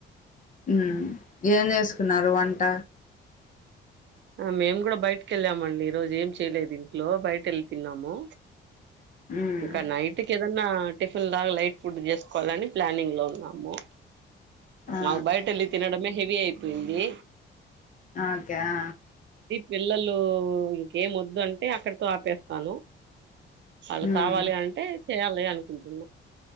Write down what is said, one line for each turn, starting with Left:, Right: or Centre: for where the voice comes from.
Left: ఉమ్ ఏం జేస్కున్నారు వంట.
Right: అ మేమ్ గూడ బైట్కెళ్ళామండి ఈరోజేం చేయ్లేదింట్లొ బయటెళ్ళి తిన్నాము.
Left: ఉమ్
Right: ఇంక నైట్ కేదన్న. టిఫుల్లాగ లైట్ ఫుడ్డు జేస్కోలని ప్లానింగ్లొ ఉన్నాము.
Left: ఆ
Right: నాగ్ బైటెల్లి తినడమే హెవి అయ్. పేంది.
Left: ఆకె అ
Right: పిల్లలు ఇంకేమొద్దంటె అక్కడితో ఆపేస్తాను. ఆళ్ళు
Left: ఉమ్
Right: కావాలీ అంటె. చేయాలి అనుకుంటున్నం.